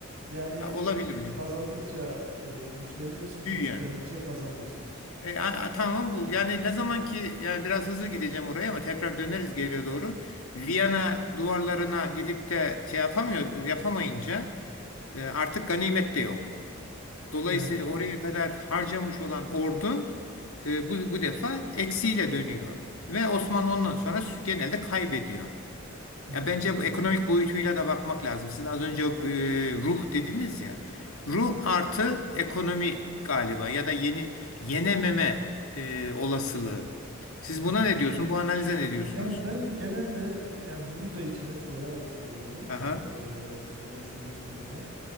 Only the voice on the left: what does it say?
Ha, olabilir hocam.
Büyüyen.
E, a- a- tamam bu.
Yani ne zaman ki yani biraz hızlı gideceğim oraya ama tekrar döneriz geriye doğru. Viyana duvarlarına gidip de şey yapamıyor, yapamayınca e, artık ganimet de yok. Dolayısıyla
oraya kadar harcamış olan ordu e, bu, bu defa eksiyle dönüyor. Ve Osmanlı ondan sonra genelde kaybediyor.
Ya bence
bu ekonomik boyutuyla da bakmak lazım. Siz az önce e, ruh dediniz ya. Ruh artı ekonomi galiba ya da yeni yenememe e, olasılığı. Siz
buna ne diyorsun? Bu analize ne diyorsunuz?
Aha,